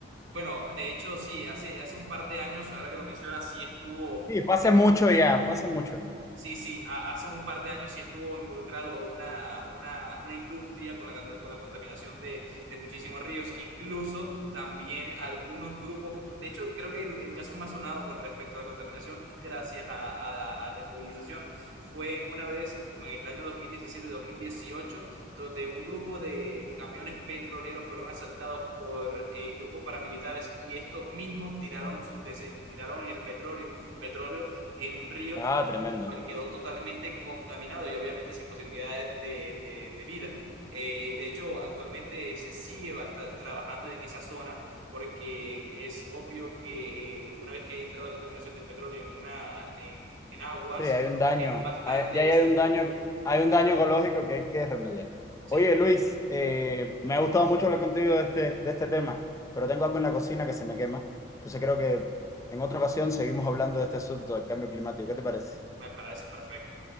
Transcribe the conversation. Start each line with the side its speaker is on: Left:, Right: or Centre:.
Right: bueno, de hecho sí, hace, hace un par de años, ahora que lo mencionas, sí estuvo
Left: Sí, fue hace
Right: eh,
Left: mucho ya, fue hace mucho.
Right: Sí, sí, a- hace un par de años sí estuvo involucrado una, una, una industria con la, can- con la contaminación de, de muchísimos ríos, incluso también algunos grupos, de hecho creo que el, el caso más sonado con respecto a la contaminación gracias a, a- a desmovilización fue una vez como en el año 2017-2018, donde un grupo de camiones petroleros fueron asaltados por eh, grupos paramilitares y estos mismos tiraron, sus dese- tiraron el petróleo, petróleo en un río
Left: Ah, tremendo.
Right: cual quedó totalmente contaminado y obviamente sin posibilidades de, de- de vida. Eh, de hecho, actualmente se sigue basta- trabajando en esa zona porque es obvio que eh, una vez que entra la contaminación del petróleo en, una, en, en aguas,
Left: Sí, hay un daño,
Right: es bastante...
Left: hay- ya hay un daño, hay un daño ecológico que hay que remediar.
Right: Sí,
Left: Oye, Luis, eh, me ha gustado mucho hablar contigo de este, de este tema, pero tengo algo en la cocina que se me quema. Entonces creo que en otra ocasión seguimos hablando de este asunto del cambio climático. ¿Qué te parece?
Right: me parece perfecto.